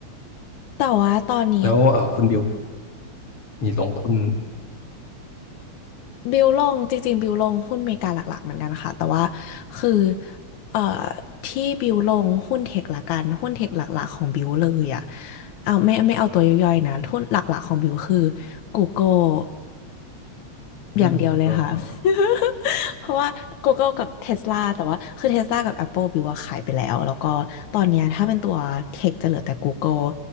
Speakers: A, on the left; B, on the left.
A: แต่ว่าตอนนี้
B: แล้วเอ่อคุณบิวมีลงคุณ
A: บิวลงจริงๆบิวลงหุ้นอเมริกาหลักๆเหมือนกันค่ะแต่ว่าคือเอ่อที่บิวลงหุ้นเทคละกันหุ้นเทคหลักๆของบิวเลยอ่ะเอาไม่ไม่เอาตัวย่อยๆนะหุ้นหลักๆของบิวคือ Google
B: อืมผมก็อ่า
A: อย่างเดียวเลยค่ะ <laughs> เพราะว่า Google กับ Tesla แต่ว่าคือ Tesla กับ Apple บิวว่าขายไปแล้วแล้วก็ตอนเนี้ยถ้าเป็นตัวเทคจะเหลือแต่ Google